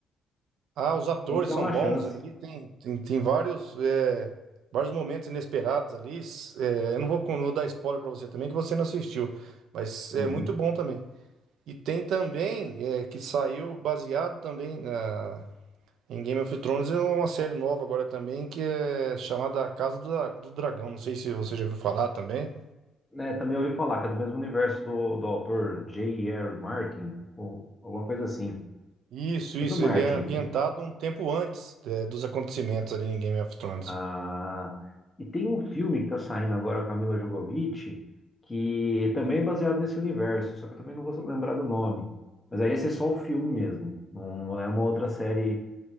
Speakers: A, on the right; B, on the left.
A: Ah, os atores
B: tem que dar
A: são
B: uma
A: bons
B: chance.
A: ali, tem, tem, tem vários, é, vários momentos inesperados ali. s- é, eu não vou, con- não vou dar spoiler pra você também, que você não assistiu, mas é
B: Uhum.
A: muito bom também. E tem também, é, que saiu baseado também na, em Game of Thrones, é uma série nova agora também, que é chamada A Casa do, Dra- do Dragão. Não sei se você já ouviu falar também.
B: Né, também ouvi falar que é do mesmo universo do, do autor J. R. Martin, ou alguma coisa assim.
A: Isso, isso,
B: É do Martin.
A: ele é ambientado um tempo antes, é, dos acontecimentos ali em Game of Thrones.
B: Ah, e tem um filme que tá saindo agora, com a Camila Jovovich, que também é baseado nesse universo, só que eu também não vou lembrar do nome. Mas aí esse é só o filme mesmo, não, não é uma outra série